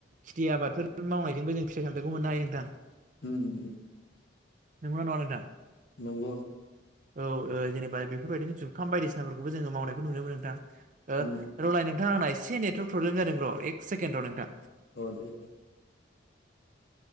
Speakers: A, on the right; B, on the left.
A: खेथि आबादफोर मावनायजोंबो जों फिथाइ सामथाइखौबो मोननो हायो नोंथां
B: हम
A: नंगौना नङा नोंथां
B: नोंगौ
A: औ जेनेबा बेफोरबायदिनो जुखाम बायदिसिनाफोरखौबो जोङो मावनायखौ नुनो मोनो नोंथां
B: औ
A: रलाय नोंथां आंना एसे नेटवार्क प्रब्लेम जादों र एक सेकेणड र नोंथां
B: औ दे दे